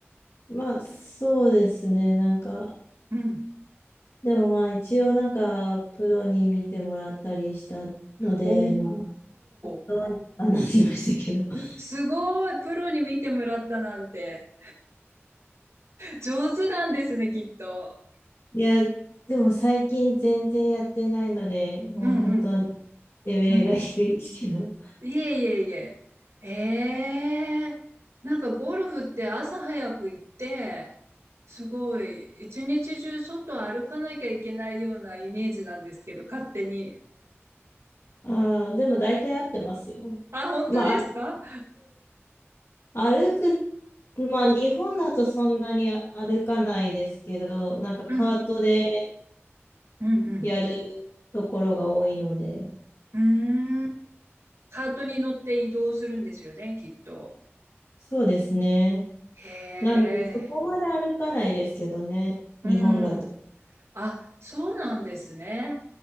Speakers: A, on the left; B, on the right.
A: まあ、そうですね。なんか、
B: うん。
A: でもまあ、一応なんか、プロに見てもらったりしたので、
B: お
A: まあ、
B: ー、
A: どうにかなりましたけど。<laughs>
B: すごい、プロに見てもらったなんて、上手なんですね、きっと。
A: いや、でも最近全然やってないので、もう本当に
B: うんうん。
A: レベルが低いですけど。
B: うん。いえいえいえ。ええなんかゴルフって朝早く行って、すごい、一日中外歩かなきゃいけないようなイメージなんですけど、勝手に。
A: ああ、でも大体合ってますよ。
B: あ、本当ですか
A: まあ、歩く、歩くまあ、日本だとそんなに歩かないですけど、なんかカートで
B: うん、うん、
A: やるところが多いので、
B: うん。うーん。カートに乗って移動するんですよね、きっと。
A: そうですね。
B: へえ、
A: なので、そこまで歩かないですけどね、
B: うん。
A: 日本だと。
B: あ、そうなんですね。